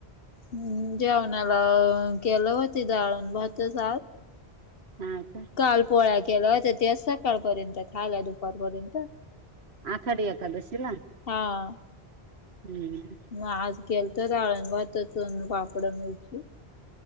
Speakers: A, on the left; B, on the right.
A: हम् जेवणाला केलं होती डाळ अन आज.
B: हा का?
A: काल पोळ्या केला तर ते सकाळपर्यंत खायल्या दुपारपर्यंत.
B: आखाडी एकादशीला
A: हा.
B: हम्म.
A: मग आज केलत डाळ ण भात पापडा मिरची.